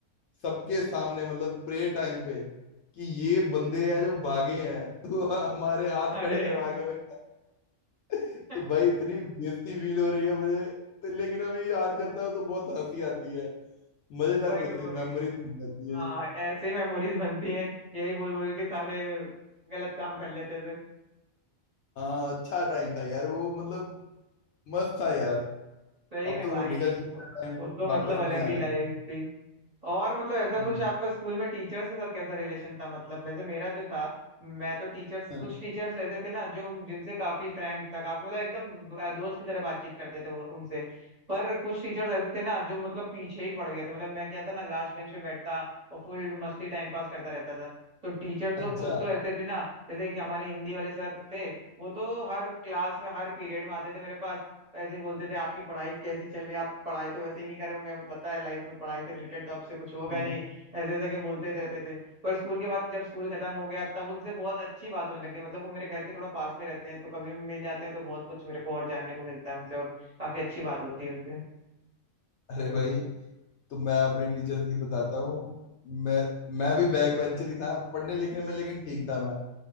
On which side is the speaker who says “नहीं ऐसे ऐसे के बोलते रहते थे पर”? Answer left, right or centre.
Right